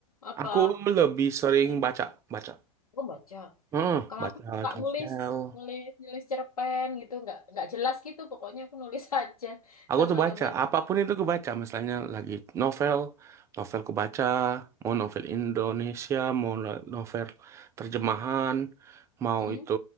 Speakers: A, on the left; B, on the right.
A: apa
B: Aku lebih sering
A: lain?
B: baca, baca.
A: Aku baca.
B: Hmm,
A: Kalau
B: baca
A: aku suka
B: novel.
A: nulis nulis nulis cerpen gitu nggak nggak jelas gitu pokoknya aku nulis <laughs> aja
B: Aku
A: sama
B: tuh baca,
A: gambar.
B: apapun itu aku baca, misalnya lagi novel, novel aku baca, mau novel Indonesia, mau la- novel terjemahan, mau
A: Hmm.
B: itu